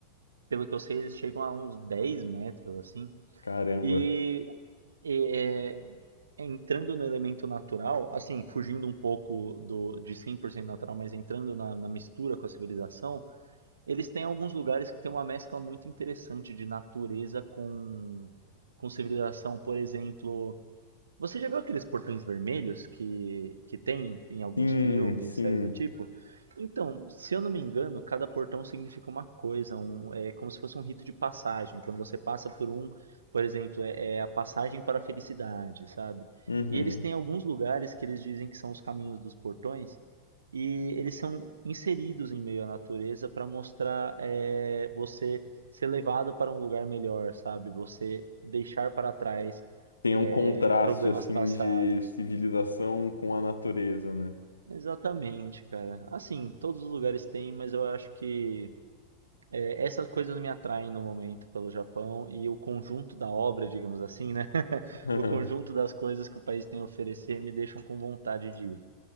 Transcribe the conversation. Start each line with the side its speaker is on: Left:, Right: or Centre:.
Right: pelo que eu sei, eles chegam a uns 10 metros, assim.
Left: Caramba.
Right: E é, entrando no elemento natural, assim, fugindo um pouco do, de 100% natural, mas entrando na, na mistura com a civilização, eles têm alguns lugares que tem uma mescla muito interessante de natureza com, com civilização. Por exemplo, você já viu aqueles portões vermelhos que, que tem em alguns
Left: Sim,
Right: filmes,
Left: sim.
Right: séries do tipo? Então, se eu não me engano, cada portão significa uma coisa, um, é como se fosse um rito de passagem. Quando você passa por um, por exemplo, é, é a passagem para a felicidade, sabe?
Left: Uhum.
Right: E eles têm alguns lugares que eles dizem que são os caminhos dos portões, e eles são inseridos em meio à natureza para mostrar é, você ser levado para um lugar melhor, sabe? Você deixar para trás
Left: Tem
Right: é,
Left: um contraste
Right: problemas
Left: assim
Right: passados.
Left: de civilização com a natureza, né?
Right: Exatamente, cara. Assim, todos os lugares têm, mas eu acho que é, essas coisas me atraem no momento pelo Japão e o conjunto da obra, digamos assim, né? <laughs>
Left: <laughs>
Right: O conjunto das coisas que o país tem a oferecer me deixam com vontade de ir.